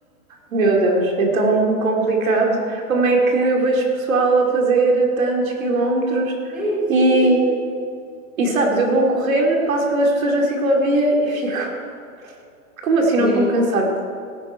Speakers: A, on the right; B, in the centre.
A: Meu Deus, é tão complicado. Como é que eu vejo pessoal a fazer tantos quilómetros
B: Sim, sim,
A: e,
B: sim.
A: e sabes, eu vou correr, passo pelas pessoas na ciclovia e fico. <laughs> Como assim
B: É,
A: não tão cansado?